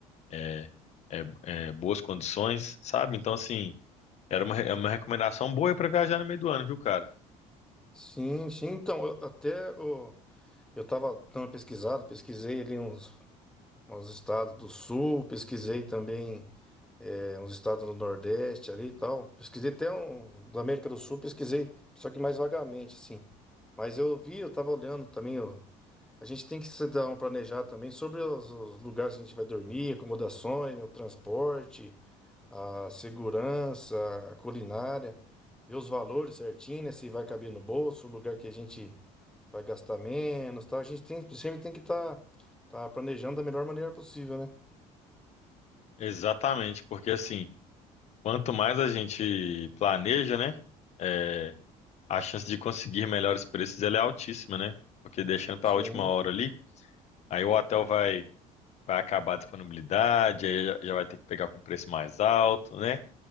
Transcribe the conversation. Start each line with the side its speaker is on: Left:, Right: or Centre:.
Left: é, é, é, boas condições, sabe? Então, assim, era uma, re- é uma recomendação boa para viajar no meio do ano, viu, cara?
Centre: Sim, sim. Então, eu, até o- eu estava dando uma pesquisada, pesquisei ali uns, uns estados do sul, pesquisei também é, uns estados do Nordeste ali e tal. Pesquisei até um da América do Sul, pesquisei, só que mais vagamente, assim. Mas eu vi, eu tava olhando também, ó. A gente tem que se dar um planejar também sobre os, os lugares que a gente vai dormir, acomodações, né, o transporte, a segurança, a culinária, ver os valores certinho, né, se vai caber no bolso, o lugar que a gente vai gastar menos, tal. A gente tem, sempre tem que estar tá, tá planejando da melhor maneira possível, né?
Left: Exatamente, porque assim, quanto mais a gente planeja, né? é, a chance de conseguir melhores preços ela é altíssima, né? Porque deixando para
Centre: Sim,
Left: a última hora ali, aí o hotel vai vai acabar a disponibilidade, aí já já vai ter que pegar com preço mais alto, né?